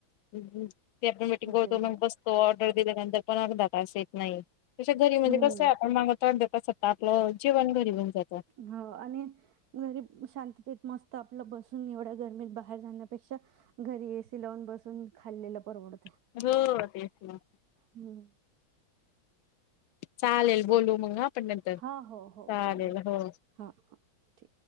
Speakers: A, on the left (about 75°); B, on the right (about 60°).
A: ते आपण मिीटिंग
B: हॉटेलच्या
A: करतो मग बसतो. ऑर्डर दिल्यानंतर पण अर्धात असं येत नाही. त घरी म्हणजे
B: हम्म
A: कसं आहे. आपण मागवतो, अर्धा तासात आपलं जेवण घरी बनत असत आपल.
B: हो आणि. घरी शांततेत मस्त आपलं बसून एवढ्या गर्मीत बाहेर जाण्यापेक्षा, घरी एसी लावून बसून खाल्लेला परवडते.
A: हम्म
B: हम्.
A: चालेल बोलू मग ना आपण नंतर
B: हा हो हो
A: चालेल हो.
B: हा हा ठीक.